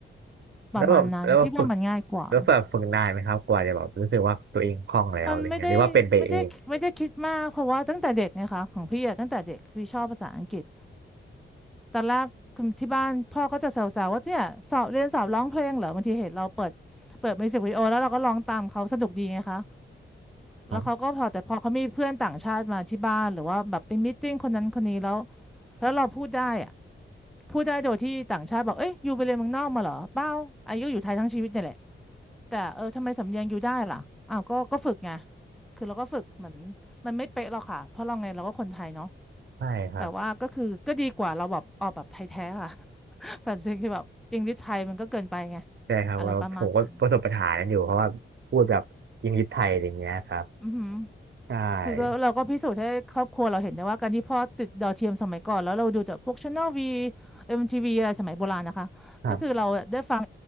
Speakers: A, on the right (about 55°); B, in the centre.
A: แล้วแบบแล้วแบบฝึก
B: ประมาณนั้นพี่ว่ามันง่ายกว่า
A: แล้วแบบฝึกนานไหมครับกว่าจะแบบรู้สึกว่าตัวเองคล่องแล้วอะไรเงี้ยหรือว่าเป็นไปเอง
B: มันไม่ได้ไม่ได้ไม่ได้คิดมากเพราะว่าตั้งแต่เด็กไงคะของพี่อะตั้งแต่เด็กพี่ชอบภาษาอังกฤษ ตอนแรกคุณที่บ้านพ่อก็จะแซวๆว่าเนี่ยสอบเรียนสอบร้องเพลงเหรอบางทีเห็นเราเปิดเปิดมิวสิกวิดีโอแล้วเราก็ร้องตามเขาสนุกดีไงคะ
A: ครับ
B: แล้วเขาก็พอแต่พอเขามีเพื่อนต่างชาติมาที่บ้านหรือว่าแบบไปมีตติ้งคนนั้นคนนี้แล้วแล้วเราพูดได้อะพูดได้โดยที่ต่างชาติบอกเอ้ยยูไปเรียนเมืองนอกมาเหรอเปล่าอายุอยู่ไทยทั้งชีวิตเนี่ยแหละแต่เออทำไมสำเนียงยูได้ล่ะอ้าวก็ก็ฝึกไงคือเราก็ฝึกเหมือนมันไม่เป๊ะหรอกค่ะเพราะเราไงเราก็คนไทยเนาะ
A: ใช่ครับ
B: แต่ว่าก็คือก็ดีกว่าเราแบบออกแบบไทยแท้ค่ะ แต่จริงคือแบบอิงดิชไทยมันก็เกินไปไง
A: ใช่ครับก็ผมก็ประสบปัญหานั้นอยู่เพราะว่าพูดแบบยิงยิบไทยอะไรเงี้ยครับ
B: อะไรประมาณนั้นอือหือ
A: ใช่
B: คือก็เราก็พิสูจน์ให้ครอบครัวเราเห็นได้ว่าการที่พ่อติดดาวเทียมสมัยก่อนแล้วเราดูจากพวก Channel V MTV อมทีวีอะไรสมัยโบราณนะคะก็คือเราได้ฟัง
A: ครับ